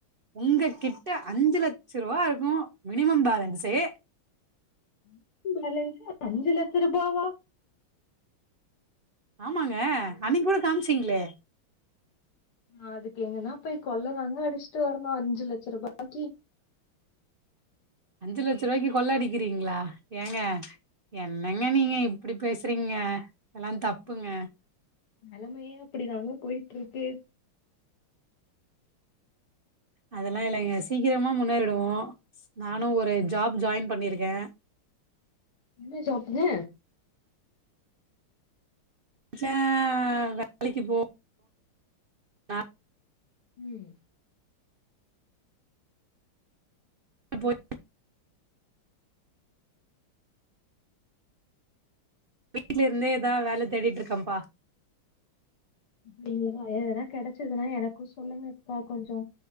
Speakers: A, on the right; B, on the left.
A: உங்க கிட்ட அஞ்சு லட்ச ரூபா இருக்கனு மினிமம் பேலன்சே
B: மினிமம் பேலன்ஸ் அஞ்சு லட்ச ரூபாவா
A: ஆமாங்க அன்னைக்கி கூட காமிச்சிங்களே
B: நா அதுக்கு எங்கன்னா போய் கொள்ள தாங்க அடிச்சிட்டு வரணு அஞ்சி லட்ச ரூபாய்க்கி
A: அஞ்சி லட்ச ரூபாய்க்கி கொள்ள அடிக்கிறீங்களா ஏங்க என்னங்க நீங்க இப்டி பேசுறீங்க எல்லா தப்புங்க
B: ஆமா நெலமையே அப்படிதாங்க போய்ட்டு இருக்கு
A: அதெல்லா இல்லைங்க சீக்கிரமா முன்னேறிடுவோ நானு ஒரு ஜாப் ஜாயின் பண்ணிருக்கே
B: என்ன ஜாப்புங்க
A: ச்ச வேலைக்கு போவோம் <inaudible>
B: ம்
A: போய் வீட்ல இருந்தே ஏதாது வேலை தேடிட்டு இருக்கேப்பா
B: அப்டிங்களா எதுனா கெடைச்சதுன்னா எனக்கு சொல்லுங்கப்பா கொஞ்சோ